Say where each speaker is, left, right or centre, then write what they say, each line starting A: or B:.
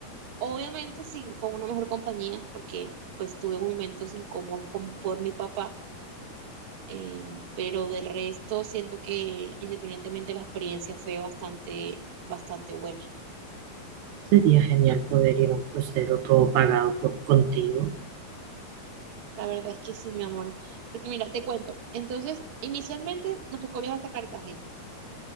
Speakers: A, on the right; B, on the right.
A: Obviamente sí, con una mejor compañía, porque pues tuve momentos incómodos con, por mi papá, eh, pero del resto siento que independientemente la experiencia fue bastante, bastante buena.
B: Sería genial poder ir a un crucero todo pagado por contigo.
A: La verdad es que sí, mi amor. Porque mira, te cuento. Entonces, inicialmente nos tocó viajar hasta Cartagena.